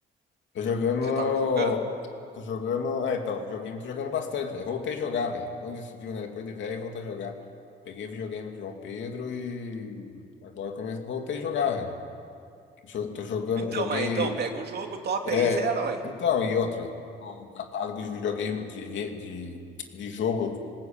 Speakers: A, on the left; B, on the right.
A: Tô jogando.
B: que você tava jogando?
A: Tô jogando. É, então, videogame tô jogando bastante, velho. Voltei a jogar, velho. Onde se viu, né? Depois de velho, voltar a jogar. Peguei videogame com o João Pedro e agora eu comecei... voltei a jogar, velho. Jo- Tô jogando,
B: Então,
A: joguei.
B: mas então, pega um jogo top
A: É,
B: aí, zero, ué.
A: então, e outra. O catálogo de videogame, de, re- de, de jogo